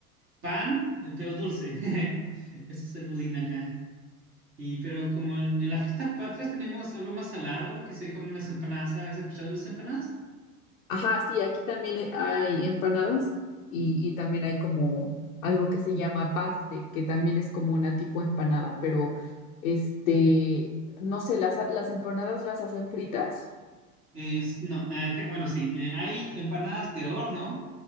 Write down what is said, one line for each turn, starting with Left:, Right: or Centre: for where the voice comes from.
Right: pan, eh, pero dulce. <laughs> Ese es el budín acá. Y pero como en, en las fiestas patrias tenemos algo más salado, que sería como las empanadas. ¿Has escuchado de las empanadas?
Left: Ajá, sí, aquí también eh, hay empanadas y, y también hay como algo que se llama paste, que también es como una tipo empanada, pero este, no sé, las, ha- las empanadas las hacen fritas.
Right: Es, no, acá- bueno, sí. eh, hay empanadas de horno